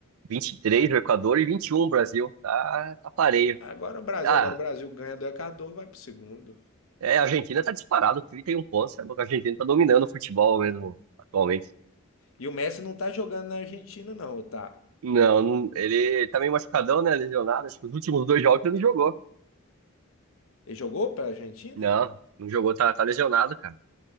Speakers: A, on the right; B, on the left.
A: 23 o Equador e 21 o Brasil. Tá, tá pareio.
B: Agora o Brasil,
A: Ah,
B: agora o Brasil ganha do Equador, vai pro segundo.
A: é, a Argentina tá disparado, 31 pontos. sabe? A Argentina tá dominando o futebol mesmo atualmente.
B: E o Messi não tá jogando na Argentina não, ou tá?
A: Não, não- ele tá meio machucadão, né? Lesionado. Acho que os últimos dois jogos ele não jogou.
B: Ele jogou pra Argentina?
A: Não, não jogou, tá, tá lesionado, cara.